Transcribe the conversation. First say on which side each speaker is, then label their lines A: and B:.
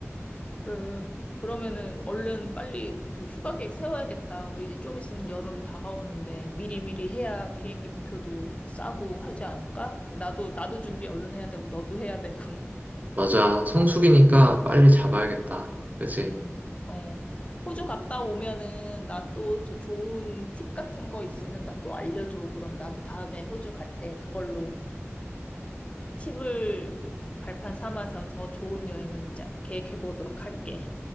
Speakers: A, on the left (about 25°); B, on the right (about 35°).
A: 그래. 그러면은 얼른 빨리 그 휴가 계획 세워야겠다. 우리 이제 좀 있으면 여름 다가오는데 미리미리 해야 비행기 표도 싸고 하지 않을까? 나도, 나도 준비 얼른 해야 되고, 너도 해야 되고. <laughs>
B: 맞아 성수기니까 빨리 잡아야겠다. 그치?
A: 음, 어. 호주 갔다 오면은 나 또 저 좋은 팁 같은 거 있으면 나 또 알려줘. 그럼 나도 다음에 호주 갈 때 그걸로 팁을 발판 삼아서 더 좋은 여행을 짜- 계획해 보도록 할게.